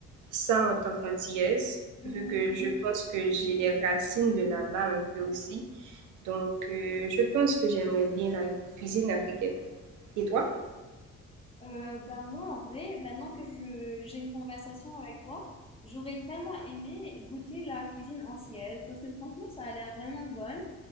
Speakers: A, on the right; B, on the left.
A: ça en tant qu'antillaise
B: Mm-hmm.
A: vu que je pense que j'ai les racines de là-bas un peu aussi. Donc euh, je pense que j'aimerais bien la cuisine africaine. Et toi?
B: Euh, bah moi, en vrai, maintenant que je, j'ai une conversation avec toi, j'aurais tellement aimé goûter la cuisine antillaise parce que franchement, ça a l'air vraiment bonne